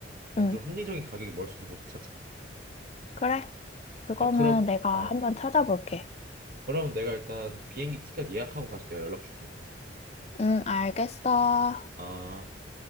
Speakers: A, on the right; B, on the left.
A: 그냥
B: 응,
A: 좀 합리적인 가격에 먹을 수 있는 곳을 찾자.
B: 그래. 그거는
A: 아, 그럼
B: 내가
A: 어,
B: 한번 찾아볼게.
A: 그럼 내가 일단 비행기 티켓 예약하고 다시 내가 연락 줄게.
B: 응, 알겠어.
A: 아.